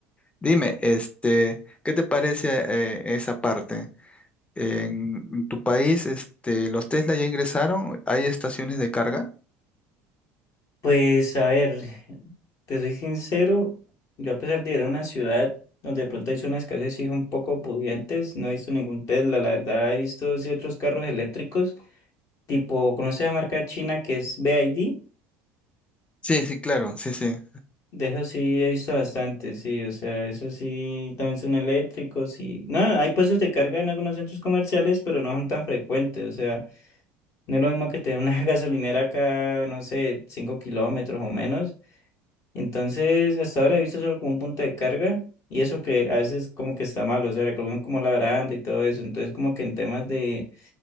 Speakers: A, on the left (about 15°); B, on the left (about 50°).
A: Dime, este, ¿qué te parece eh, esa parte? En tu país, este, ¿los Tesla ya ingresaron? ¿Hay estaciones de carga?
B: Pues a ver, te soy sincero, yo a pesar de ir a una ciudad donde de pronto hay zonas que a veces sí son un poco pudientes, no he visto ningún Tesla, la verdad he visto ciertos carros eléctricos, tipo, ¿conoces la marca china que es BYD?
A: Sí, sí, claro, sí, sí.
B: De eso sí he visto bastante, sí, o sea, eso sí también son eléctricos y... No, hay puestos de carga en algunos centros comerciales, pero no son tan frecuentes, o sea, no es lo mismo que tener una <laughs> gasolinera acá, no sé, 5 kilómetros o menos Entonces, hasta ahora he visto solo como un punto de carga y eso que a veces como que está malo, o sea, recogen como la baranda y todo eso. Entonces, como que en temas de,